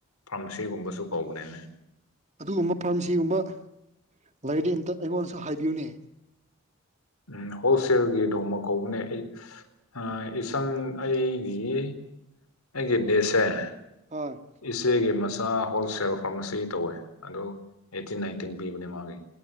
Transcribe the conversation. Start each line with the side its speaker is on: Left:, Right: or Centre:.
Left: ꯐꯥꯔꯃꯥꯁꯤꯒꯨꯝꯕꯁꯨ ꯀꯥꯎꯕꯅ‌ꯦꯅꯦ
Right: ꯑꯗꯨꯒꯨꯝꯕ ꯐꯥꯔꯃꯥꯁꯤꯒꯨꯝꯕ ꯂꯩꯔꯗꯤ ꯑꯝꯇ ꯑꯩꯉꯣꯟꯗꯁꯨ ꯍꯥꯏꯕꯤꯌꯨꯅꯦ
Left: ꯎꯝ ꯍꯣꯜꯁꯦꯜꯒꯤ ꯗꯣꯡꯃ ꯀꯧꯕꯅꯦ ꯑꯩ ꯑꯥ ꯏꯆꯟ ꯑꯩꯒꯤ ꯑꯩꯒꯤ ꯅꯤꯁꯁ‌ꯦ
Right: ꯍꯣꯏ
Left: ꯏꯆꯦꯒꯤ ꯃꯆꯥ ꯍꯣꯜꯁꯦꯜ ꯐꯥꯔꯃꯥꯁꯤ ꯇꯧꯋꯦ ꯑꯗꯨ ꯑꯦꯠꯇꯤꯟ ꯅꯥꯏꯟꯇꯤꯟ ꯄꯤꯕꯅꯦ ꯃꯥꯒꯤ